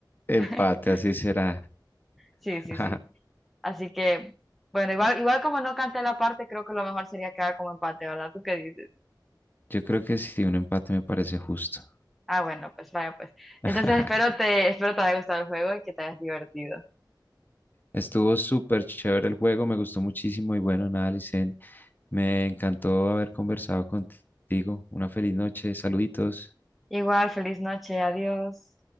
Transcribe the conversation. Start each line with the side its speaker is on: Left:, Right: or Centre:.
Left: Empate,
Centre: <laughs>
Left: así será.
Centre: Sí,
Left: <laughs>
Centre: sí, sí. Así que, bueno, igual, igual como no canté la parte, creo que lo mejor sería quedar como empate, ¿verdad? ¿Tú qué dices?
Left: Yo creo que sí, un empate me parece justo.
Centre: Ah, bueno, pues vaya, pues.
Left: <laughs>
Centre: Entonces espero te, espero te haya gustado el juego y que te hayas divertido.
Left: Estuvo súper chévere el juego, me gustó muchísimo y bueno, nada, Licen, me encantó haber conversado contigo. Una feliz noche, saluditos.
Centre: Igual, feliz noche, adiós.